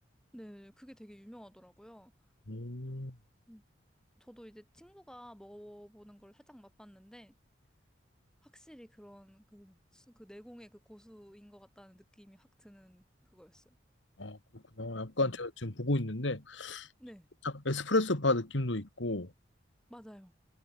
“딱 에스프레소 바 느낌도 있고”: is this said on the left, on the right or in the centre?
Left